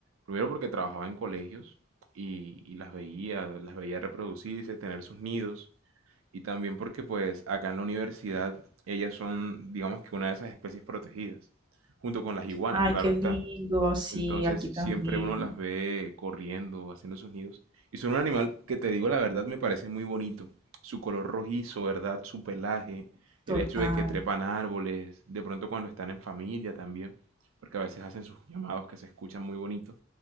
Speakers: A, on the right; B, on the right.
A: Primero porque trabajaba en colegios y, y las veía, las veía reproducirse, tener sus nidos. Y también porque pues acá en la universidad ellas son, digamos que una de esas especies protegidas, junto con las iguanas,
B: Ay,
A: claro
B: qué
A: está.
B: lindo. Sí,
A: Entonces
B: aquí
A: siempre
B: también.
A: uno las ve corriendo, haciendo sus nidos. Y son un animal que te digo la verdad me parece muy bonito. Su color rojizo, ¿verdad? Su pelaje, el
B: Total.
A: hecho de que trepan árboles, de pronto cuando están en familia también, porque a veces hacen sus llamados que se escuchan muy bonito,